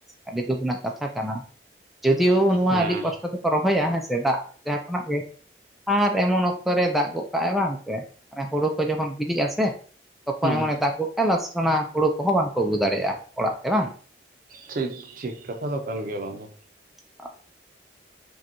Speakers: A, in the centre; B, on the right (about 50°).
A: ᱟᱹᱰᱤ ᱫᱩᱠ ᱨᱮᱱᱟᱜ ᱠᱟᱛᱷᱟ ᱠᱟᱱᱟ ᱾ ᱡᱚᱫᱤᱭᱳ ᱱᱚᱣᱟ
B: ᱦᱮᱸ
A: ᱟᱹᱰᱤ ᱠᱚᱥᱴᱚ ᱛᱮᱠᱚ ᱨᱚᱦᱚᱭᱟ ᱦᱮᱸᱥᱮ ᱫᱟᱜ ᱡᱟᱦᱟᱸ ᱠᱷᱚᱱᱟᱜ ᱜᱮ, ᱟᱨ ᱮᱢᱚᱱ ᱚᱠᱛᱚ ᱨᱮ ᱫᱟᱜ ᱜᱚᱫ ᱠᱟᱜᱼᱟᱭ ᱵᱟᱝ ᱥᱮ ᱢᱟᱱᱮ ᱦᱩᱲᱩ ᱠᱚ ᱡᱚᱠᱷᱚᱱ ᱵᱤᱞᱤᱜ-ᱟ ᱥᱮ ᱾ ᱛᱚᱠᱷᱚᱱ
B: ᱦᱮᱸ
A: ᱮᱢᱚᱱᱮ ᱫᱟᱜ ᱜᱚᱜᱼᱟ ᱞᱟᱥ ᱨᱮ ᱚᱱᱟ ᱦᱩᱲᱩ ᱠᱚᱦᱚᱸ ᱵᱟᱝ ᱠᱚ ᱟᱹᱜᱩ ᱫᱟᱲᱮᱭᱟᱜᱼᱟ ᱚᱲᱟᱜ ᱛᱮ ᱵᱟᱝ?
B: ᱴᱷᱤᱠ ᱴᱷᱤᱠ ᱠᱟᱛᱷᱟ ᱫᱚ ᱠᱟᱱ ᱜᱮᱭᱟ ᱵᱟᱝ ᱫᱚ
A: <inaudible>